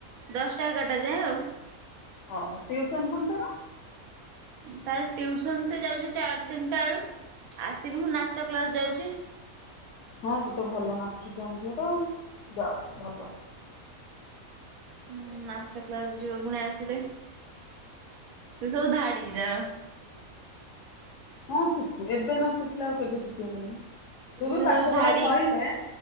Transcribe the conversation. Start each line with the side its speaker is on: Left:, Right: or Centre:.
Right: ଦଶଟା ଏଗାରଟା ଯାଏଁ ଆଉ।
Left: ଓହୋ, ଟିଉସନ୍ ପୁଣି ତାର?
Right: ତାର ଟିଉସନ ସେ ଯାଉଛି ଚା ତିନିଟା ଏଳୁ। ଆସିକି ପୁଣି ନାଚ କ୍ଲାସ ଯାଉଛି।
Left: ହଁ ସେ ତ ଭଲ ନାଚୁଛି ଆମ ଝିଅଟା ଯାଉ ଭଲ।
Right: ଉଁ ନାଚ କ୍ଲାସ ଯିବ ପୁଣି ଆସିଲେ ତୁ ସବୁ ଧାଡି ତାର।
Left: ହଁ ଶିଖୁ ଏବେ ନ ଶିଖିଲେ ଆଉ କେବେ ଶିଖ ତୁ ବି
Right: ସେ
Left: ପାଠ
Right: ସବୁ
Left: ପଢା
Right: ଧାଡି
Left: ସଇଲେ